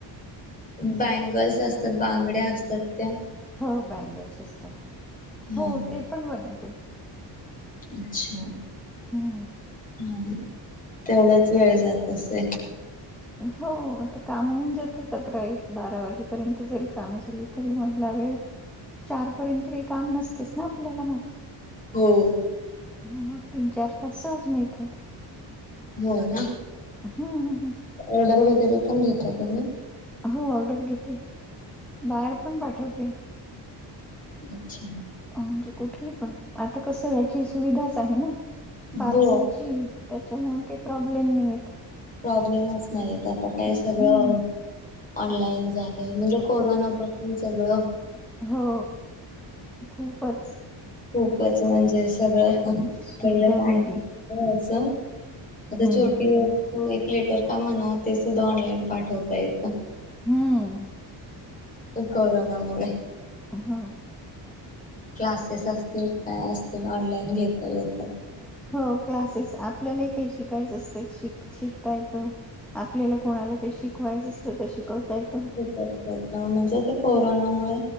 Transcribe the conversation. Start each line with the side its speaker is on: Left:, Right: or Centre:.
Left: बँगल्स असतात, बांगड्या असतात त्या.
Centre: हो बँगल्स असतात,
Left: हा
Centre: हो ते पण बनवते.
Left: अच्छा.
Centre: हम्म.
Left: हम्म, तेवढच वेळ जात असेल.
Centre: हो ते काम होवून जातात अकरा, एक, बारा वाजेपर्यंत जरी काम झाली तरी मधला वेळ चारपर्यंत काही काम नसतेच ना आपल्याला मग.
Left: हो.
Centre: मग तीन चार तास सहज मिळतात.
Left: हो ना,
Centre: हम्म
Left: ऑर्डर वगैरे पण घेता तुम्ही?
Centre: हो ऑर्डर घेते बाहेर पण पाठवते.
Left: अच्छा.
Centre: म्हणजे कुठे पण आता कसं याची सुविधाच आहे ना. पार्सलची
Left: हो.
Centre: त्याच्यामुळे काही प्रॉब्लेम नाहीत.
Left: प्रॉब्लेमच नाहीत आता काय सगळं
Centre: हम्म
Left: ऑनलाईन झालंय म्हणजे कोरोना पाासून सगळं.
Centre: हो खूपच.
Left: खूपच म्हणजे सगळं
Centre: सुविधा
Left: पहिलं काय?
Centre: झाली
Left: हो असं आता
Centre: हम्म
Left: छोटी तू एक लेटर का म्हणा ते सुद्धा ऑनलाईन पाठवता येत.
Centre: हम्म.
Left: कोरोनामुळेळे
Centre: हो.
Left: क्लासेस असतील काय असतील ऑनलाईन घेता येतात.
Centre: हो क्लासेस आपल्यालाही काही शिकायचं असत शिक शिकतायेत. आपल्याला कोणाला काही शिकवायचं असल तर शिकवता येतं.
Left: म्हणजे ते कोरोनामुळे